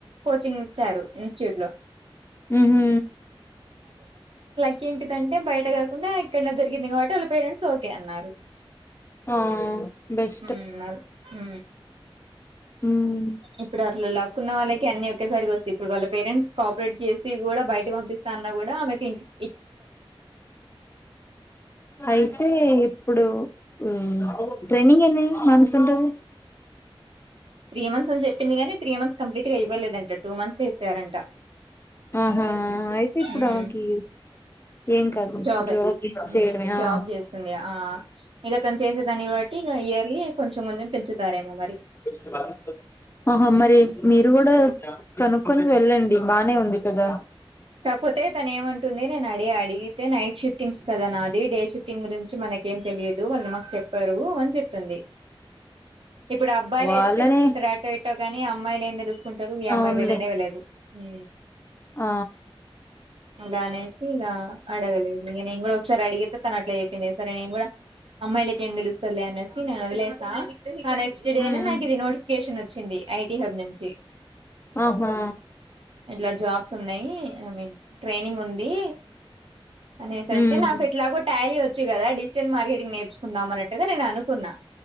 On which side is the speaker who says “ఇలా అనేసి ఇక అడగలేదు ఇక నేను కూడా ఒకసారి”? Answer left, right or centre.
Right